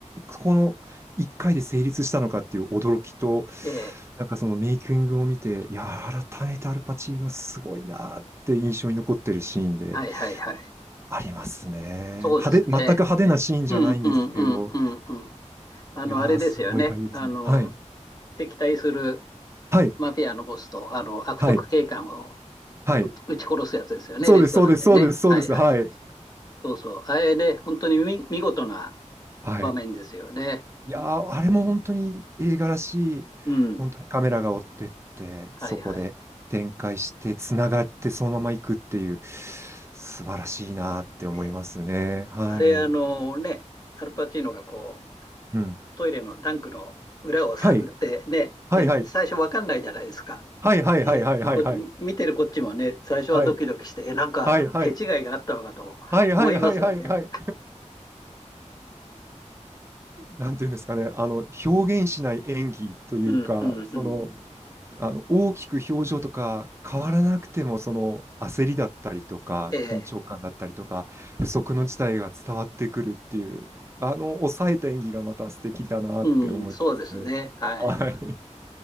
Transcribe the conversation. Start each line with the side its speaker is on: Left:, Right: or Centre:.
Right: この1回で成立したのかっていう驚きと、
Left: ええ。
Right: なんかそのメイキングを見て、いや、改めてアルパチーノすごいなって印象に残ってるシーンで
Left: はい、はい、はい。
Right: ありますね。
Left: そうですね。
Right: 派手、全く派手なシーンじゃないんですけれど、
Left: うん、うん、うん、うん、うん。あの、
Right: いやー、
Left: あれですよね。
Right: すごい俳優ですね。
Left: あの、
Right: はい。
Left: 敵対する
Right: はい。
Left: マフィアのボスと、あの、悪徳警官を
Right: はい。はい。
Left: 撃撃ち殺すやつですよね、
Right: そうです、
Left: レストランでね。
Right: そうです、そうです、そうです。
Left: はいはい。
Right: はい。
Left: そうそう。あれで、本当に見、見事な
Right: はい。
Left: 場面ですよね。
Right: いやー、あれも本当に映画らしい、
Left: うん。
Right: 本当にカメラが追ってって、
Left: はいはい。
Right: そこで展開して、つながってそのまま行くっていう、素晴らしいなーって思いますね。
Left: ね、
Right: はい。
Left: あれ、あのね、アルパチーノがこう、
Right: うん。
Left: トイレのタンクの裏を探ってね、
Right: はい。はいはい。
Left: でね、最初わかんないじゃないですか。
Right: はいはいはいはいはいはい。
Left: で、で、こっち、み見てるこっちもね、最初はドキドキして、
Right: はい。
Left: え、なんかあの手違いがあったのかと思いますよね。
Right: はいはい。はいはいはいはいはい。なんていうんですかね。あの、表現しない演技というか、
Left: うん、うん、
Right: その、
Left: うん。
Right: あの大きく表情とか変わらなくてもその焦りだったりとか緊張感だったりとか不測の事態が伝わってくるっていうあの抑えた演技がまた素敵だなって思いますね。
Left: ええ。うん、そうですね。はい。
Right: はい。